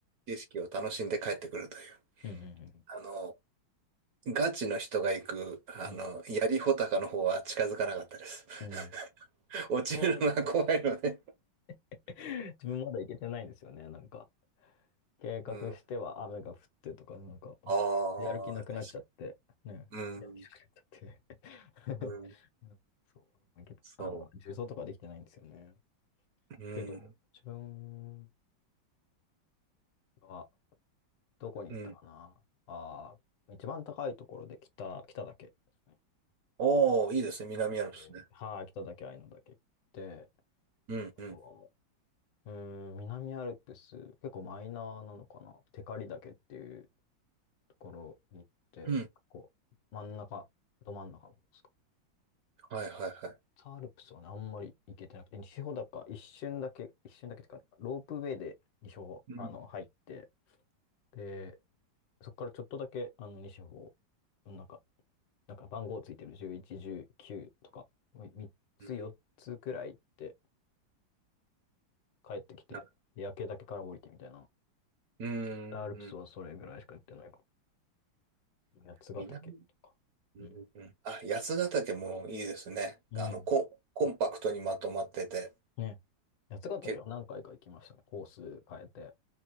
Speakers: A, on the right; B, on the left.
A: 景色を楽しんで帰ってくるという。
B: うんうん
A: あの、ガチの人が行く、あの、
B: うん
A: 槍穂高の方は近づかなかったです。
B: うん。うん。
A: <laughs> 落ちるのが怖いので。
B: そう <laughs> 自分まだ行けてないんですよね。なんか、計画しては雨が降ってとか、
A: うん。
B: なんか、
A: ああ、
B: やる気なくなっちゃって、
A: 確か
B: ね。
A: に。うん。
B: やる気なくなっちゃって
A: うん。
B: <laughs> そうんそけどあの、
A: そ
B: 重曹とかできてないんですよね。
A: う。うん。
B: けど、自分はどこに行ったかな。
A: うん。
B: ああ、一番高いところで北、北岳ですね。
A: おー、いいですね。南アルプスね。
B: 北岳、はい、北岳、愛の岳行って、
A: うん、
B: あとは、
A: うん。
B: うーん、南アルプス、結構マイナーなのかな。テカリ岳っていうところに行って、
A: うん。
B: こう、真ん中、ど真ん中の方ですかね。
A: はい、はい、はい。
B: 北アルプスはね、あんまり行けてなくて、西穂高、一瞬だけ、一瞬だけってか、ロープウェイで西穂、
A: うん。
B: あの、入って、で、そこからちょっとだけ、あの、西穂、なんか、なんか番号ついてる11、19とか、3つ、
A: うん。
B: 4つくらい行って帰ってきて、
A: な
B: で焼岳から降りてみたいな。
A: うん。
B: 北アルプスはそれぐらいしかやってないか
A: うん。
B: も。八ヶ岳とか。
A: 南うんうんあ、
B: うん。
A: 八ヶ岳もいいですね。
B: うん。
A: あの、コン、コンパクトにまとまってて、
B: ね。八ヶ岳は何回か行きましたね。
A: 結構、
B: コース変えて。